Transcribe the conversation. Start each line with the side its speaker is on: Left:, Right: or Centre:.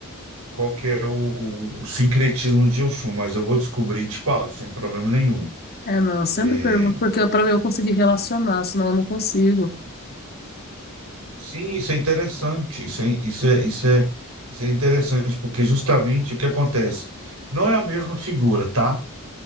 Right: qual que é o, o- o sincretismo de Oxum, mas eu vou descobrir e te falo, sem problema nenhum.
Left: É, não, eu sempre
Right: É,
Left: pergunto, porque pra mim eu conseguir relacionar, senão eu não consigo.
Right: sim, isso é interessante. Isso é, isso é, isso é, isso é interessante, porque justamente o que acontece? Não é a mesma figura, tá?